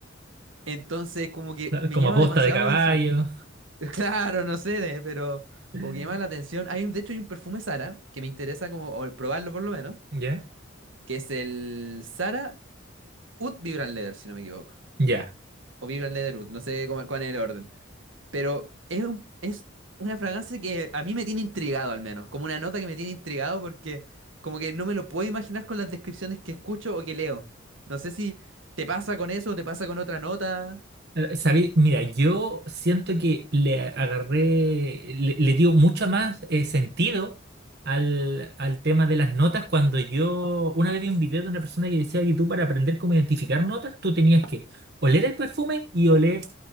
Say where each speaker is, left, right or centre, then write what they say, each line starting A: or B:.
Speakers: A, on the right; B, on the right.
A: Entonces, como que
B: Claro,
A: me
B: Como
A: llama
B: aposta
A: demasiado
B: de caballo.
A: la atención. <laughs> Claro, no sé, de- pero
B: <laughs>
A: como que llama la atención. Hay un, de hecho, hay un perfume Sara que me interesa como o probarlo por lo menos,
B: ¿Ya?
A: que es el Sara Oud Vibrant Leather, si no me equivoco.
B: ¿Ya?
A: O Vibrant Leather Oud, no sé cómo- cuál es el orden. Pero es, un- es una fragancia que a mí me tiene intrigado al menos, como una nota que me tiene intrigado porque como que no me lo puedo imaginar con las descripciones que escucho o que leo. No sé si te pasa con eso o te pasa con otra nota.
B: Eh, Sabéis, mira, yo siento que le agarré, le, le dio mucho más eh, sentido al, al tema de las notas cuando yo una vez vi un video de una persona que decía que tú para aprender cómo identificar notas, tú tenías que oler el perfume y oler